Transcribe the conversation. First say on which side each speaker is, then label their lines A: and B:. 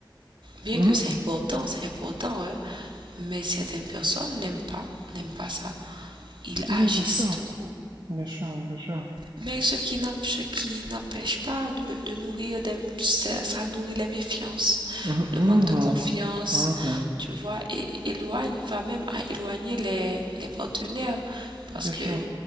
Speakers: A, on the right; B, on the right.
A: Bien
B: Mhm.
A: que c'est important, c'est important, ouais. Mais certaines personnes n'aiment pas, n'aiment pas ça. Ils
B: Oui,
A: agissent
B: bien sûr,
A: tout court.
B: bien sûr, bien sûr.
A: Mais ce qui n'emp- qui n'empêche pas de, de nourrir des, ça, nourrit les méfiances,
B: Mhm, mhm,
A: le manque de confiance,
B: mhm.
A: tu vois, et éloigne, va même à éloigner les, les partenaires.
B: Bien
A: Parce que
B: sûr,